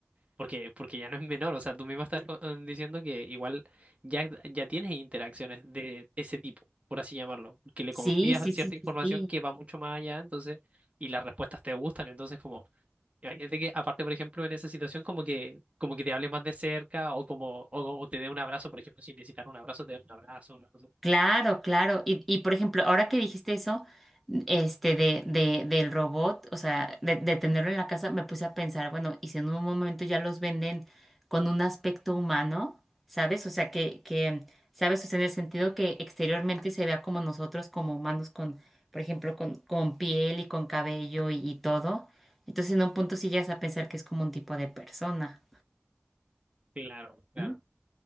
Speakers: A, on the right; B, in the centre.
A: porque, porque ya no es menor, o sea, tú mismo estás co- eh, diciendo que igual ya, ya tienes interacciones de ese tipo, por así llamarlo, que le
B: Sí,
A: confías
B: sí,
A: cierta
B: sí,
A: información
B: sí. sí.
A: que va mucho más allá, entonces, y las respuestas te gustan, entonces como, imagínate que aparte, por ejemplo, en esa situación como que, como que te hable más de cerca o como, o, o te dé un abrazo, por ejemplo, si necesitas un abrazo, te dé un abrazo, una cosa.
B: Claro, claro. Y, y por ejemplo, ahora que dijiste eso, este, de, de, del robot, o sea, de, de tenerlo en la casa, me puse a pensar, bueno, y si en un momento ya los venden con un aspecto humano, ¿sabes? O sea, que, que, ¿sabes? O sea, en el sentido que exteriormente se vea como nosotros, como humanos,
A: así.
B: con, por ejemplo, con, con piel y con cabello y, y todo. Entonces, en un punto sí llegas a pensar que es como un tipo de persona.
A: Claro, claro.
B: ¿no?